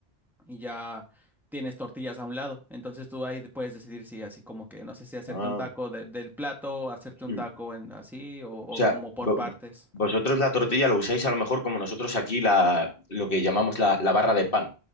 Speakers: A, in the centre; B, on the left.
A: y ya tienes tortillas a un lado. Entonces tú ahí puedes decidir si así como que, no sé si hacerte
B: Ah,
A: un taco de- del plato, hacerte un
B: hmm.
A: taco en así, o,
B: O
A: o
B: sea,
A: como por
B: vo-
A: partes.
B: vo-
A: Ajá.
B: vosotros la tortilla lo usáis a lo mejor como nosotros aquí la, lo que llamamos la, la barra de pan,